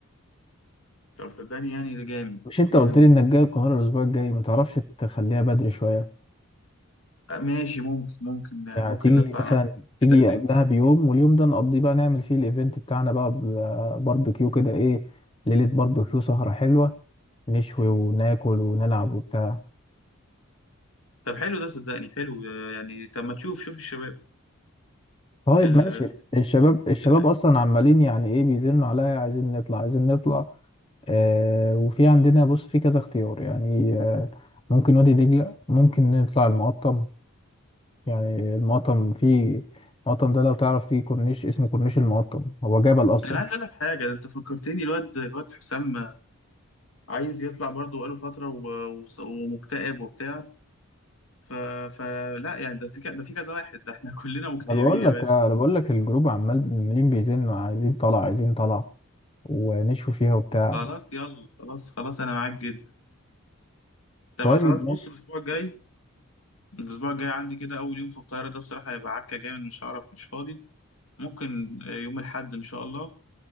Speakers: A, on the left; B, on the left.
A: طب صدقني يعني ده جامد
B: مش انت
A: جامد
B: قلت لي انك جاي القاهرة الاسبوع الجاي ما تعرفش تخليها بدري شوية
A: آه، ماشي ممكن ممكن آه،
B: يعني
A: ممكن
B: تيجي
A: نطلع
B: مثلا
A: نقضي يوم
B: تيجي
A: كده هناك
B: قبلها بيوم واليوم ده نقضيه بقى نعمل فيه الايفنت بتاعنا بقى ب- باربيكيو كده ايه ليلة باربيكيو سهرة حلوة نشوي وناكل ونلعب وبتاع
A: طب حلو ده صدقني حلو آه، يعني طب ما تشوف شوف الشباب
B: طيب
A: ال...
B: ماشي
A: ال...
B: الشباب الشباب
A: ال...
B: اصلا عمالين يعني ايه بيزنوا عليا عايزين نطلع عايزين نطلع آه وفي عندنا بص في كذا اختيار يعني آه ممكن وادي دجلة ممكن نطلع المقطم يعني المقطم فيه المقطم ده لو تعرف فيه كورنيش اسمه كورنيش المقطم هو جبل اصلا
A: ده انا عايز اقول لك حاجه ده انت فكرتني الواد الواد حسام آه، عايز يطلع برضه بقاله فتره و... وص- ومكتئب وبتاع ف... فلا يعني ده في ك... ده في كذا واحد ده احنا <laughs> كلنا مكتئبين
B: انا بقول
A: يا
B: لك
A: باشا
B: انا بقول لك الجروب عمال عمالين بيزنوا عايزين طلع عايزين طلع ونشوا فيها وبتاع
A: خلاص يلا خلاص خلاص انا معاك جدا طب
B: طيب
A: خلاص
B: ماشي
A: بص الاسبوع الجاي الاسبوع الجاي عندي كده اول يوم في القاهرة ده بصراحة هيبقى عكة جامد مش هعرف مش فاضي ممكن آه، يوم الاحد ان شاء الله